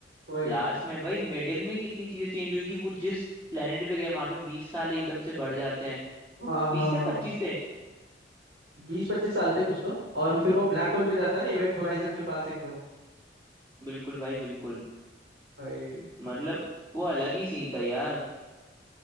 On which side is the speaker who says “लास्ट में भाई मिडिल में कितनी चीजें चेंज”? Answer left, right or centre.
Right